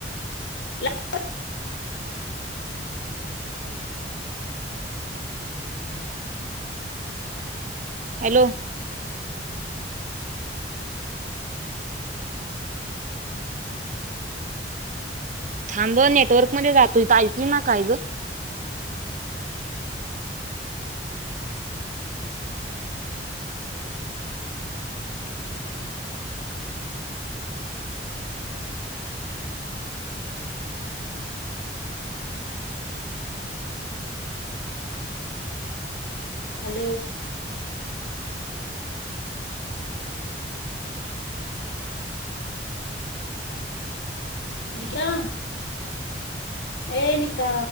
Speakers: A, on the left; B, on the right.
A: ह
B: हो हॅलो थांब नेटवर्क मध्ये जातोय ऐकली ना काय ग
A: हॅलो न का्या ए नता